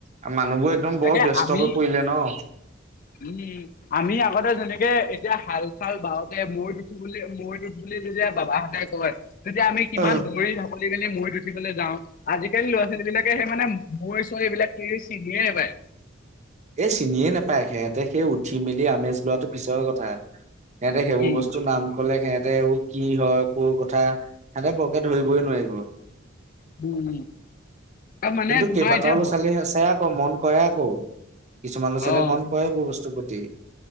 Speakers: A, on the right (about 35°); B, on the left (about 45°).
A: আৰু মানুহবোৰ একদম
B: তাকে
A: বৰ ব্যস্ত
B: আমি
A: হৈ পৰিলে ন।
B: উম। আমি আগতে যেনেকে, এতিয়া হাল চাল বাওঁতে মৈত উঠো বুলি, মৈত উঠো বুলি যেতিয়া বাবাহ তে কয়, তেতিয়া আমি কিমান
A: অ।
B: দৌৰি ঢাপলি মেলি মৈত উঠিবলৈ যাওঁ। আজিকালি ল'ৰা ছোৱালীবিলাকে সেই মানে, মৈ চৈ এইবিলাক কি চিনিয়ে নাপায়।
A: এ চিনিয়ে নাপায়, সিহঁতে সেই উঠি মেলি আমেজ লোৱাটো পিছৰ কথা। সিহঁতে সেইবোৰ
B: উম
A: বস্তুৰ নাম ক'লে সিহঁতে এইবোৰ কি হয়, ক'ৰ কথা, সিহঁতে বৰকে ধৰিবই নোৱাৰিব।
B: উম। অ মানে
A: কিন্তু
B: তোমাৰ
A: কেইবাটাও
B: এতিয়া
A: ল'ৰা
B: ভ
A: ছোৱালী আছে আকৌ মন কৰে আক' কিছুমান লৰা ছোৱালীয়ে
B: অ
A: মন কৰে এইবোৰ বস্তুৰ প্ৰতি।